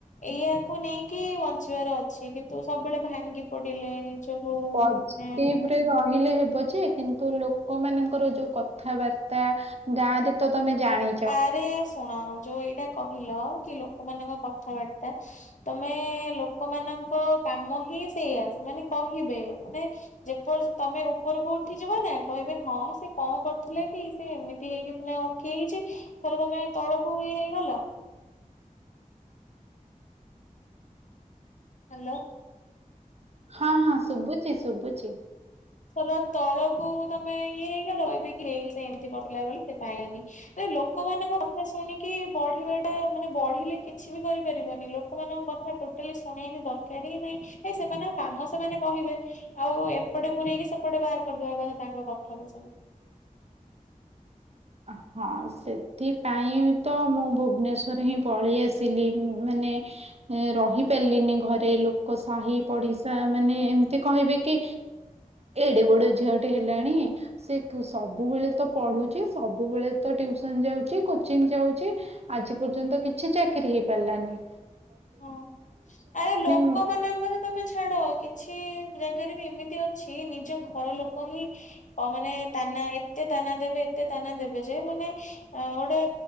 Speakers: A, on the left; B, on the right.
A: ଏଇଆକୁ ନେଇକି ବଞ୍ଚିବାର ଅଛି। କିନ୍ତୁ ସବୁବେଳେ ଭାଙ୍ଗି ପଡିଲେ ନିଜକୁ
B: ପଜେଟିଭ୍
A: ମାନେ
B: ରେ ରହିଲେ ହେବ ଯେ କିନ୍ତୁ ଲୋକ ମାନଙ୍କର ଯୋଉ କ କଥାବାର୍ତ୍ତା ଗାଁ ରେ ତ ତମେ ଜାଣି
A: ଆରେ ଶୁଣ ଯୋଉ ଏଇଟା କହିଲ କି ଲୋକମାନଙ୍କ କଥାବାର୍ତ୍ତା ତମେ ଲୋକମାନଙ୍କ କାମ ହିଁ ସେଇଆ, ସେମାନେ କହିବେ। ମାନେ ଯେପର୍ ତମେ ଉପରକୁ ଉଠି ଯିବ ନା କହିବେ ହଁ ସେ କଣ କରୁଥିଲେ କି ସେ ଏମିତି ହେଇକି ମାନେ ଉଠି ଯାଇଚି, ଥରେ ତମେ ତଳକୁ ଇଏ ହେଇଗଲ ହାଲୋ।
B: ହଁ ହଁ ଶୁବୁଚି ଶୁବୁଚି।
A: ଧର ତଳକୁ ତମେ ଇଏ ହେଇଗଲ, କହିବେ କି ଏଇ ସେ ଏମିତି କରିଥିଲା ବୋଲି ସେ ପାଇଲାନି। ଆରେ ଲୋକମାନଙ୍କ କଥା ଶୁଣିକି ବଢିବା ଟା ମାନେ ବଢିଲେ କିଛି ବି କରିପାରିବନି। ଲୋ ଲୋକମାନଙ୍କ କଥା ଟୋଟାଲି ଶୁଣିବା କିଛି ଦରକାର ହିଁ ନାଇଁ। ଏ ସେମାନଙ୍କ କାମ ସେମାନେ କହିବେ। ଆଉ ଏପଟେ ପୁରେଇକି ସେପଟେ ବାହାର କରିଦବା କଥା ତାଙ୍କ କଥା କୁ ସବୁ।
B: <unintelligible> ହଁ ସେଥିପାଇଁ ତ ମୁଁ ଭୁବନେଶ୍ଵର ହିଁ ପଳେଇ ଆସିଲି। ମାନେ ଏ ରହି ପାରିଲିନି ଘରେ ଲୋକ ସାହି ପଡିଶା ମାନେ ଏମ୍ ଏତେ କହିବେ କି ଏଡେ ବଡ ଝିଅଟେ ହେଲାଣି ସେ ସବୁବେଳେ ତ ପଢୁଚି ସବୁବେଳେ ତ ଟ୍ୟୁସନ୍ ଯାଉଚି କୋଚିଂ ଯାଉଚି ଆଜି ପର୍ଯ୍ୟନ୍ତ କିଛି ଚାକିରୀ ହେଇ ପାରିଲାନି।
A: ହଁ। ଆରେ ଲୋକ
B: ମୁଁ
A: ମାନଙ୍କ କଥା ତମେ ଛାଡ। କି ଛି ଜାଗାରେ ବି ଏମିତି ଅଛି ନିଜ ଘର ଲୋକ ହିଁ ତା ମାନେ ତାନା, ଏତେ ତାନା ଦେବେ, ଏତେ ତାନା ଦେବେ ଯେ, ମାନେ ଗୋଟେ,